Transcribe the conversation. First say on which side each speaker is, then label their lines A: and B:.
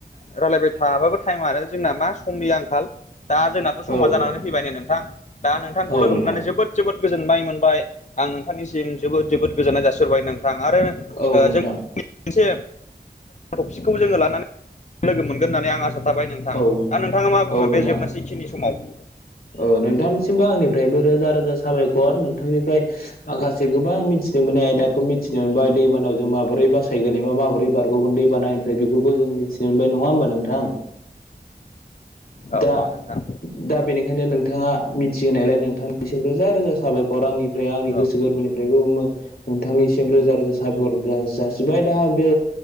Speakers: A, on the left; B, on the left.
A: रायजलायबाय थाबाबो टाइम आरो जोंना मा समनि आंखाल दा जोंनाबो समा
B: औ
A: जानानै
B: नोंथां
A: फैबाय नै नोंथां दा नोंथांखौ
B: औ
A: लोगो
B: नोंथां
A: मोननानै जोबोद जोबोद गोजोनबाय मोनबाय आं नोंथांनिसिम जोबोद जोबोद गोजोननाय जासिबाय नोंथां आरो
B: औ नोंथां
A: जों मोनसे टपिकखौबो जोङो लानानै लोगो मोनगोन होननानै आं आसा थाबाय नोंथां
B: औ नोंथां
A: दा नोंथाङा मा बुङो
B: नोंथां
A: बे जोबनोसैखिनि समाव
B: औ नोंथांनिसिमबो आंनिफ्रायबो रोजा रोजा साबायखर नों बिथांनिफ्राय माखासे गोबां मिथिनो मोनै आयदाखौ मिथिनो मोन दैबानायाव जों माबोरै बासायगोन एबा माबोरै बारग'गोन दै बानायनिफ्राय बेखौबो जों मिथि मोनबाय नङा हबा नोंथां
A: औ
B: दा
A: औ नोंथां
B: दा बेनि नोंथाङा मिथिहोनायलाय नोंथांनिसिम रोजा रोजा साबायखर आंनिफ्राय आंनि गोसो
A: औ
B: गोरबोनिफ्रायबो बुङो नोंथांनिसिम रोजा रोजा साबायखर जा जासिबाय दा बे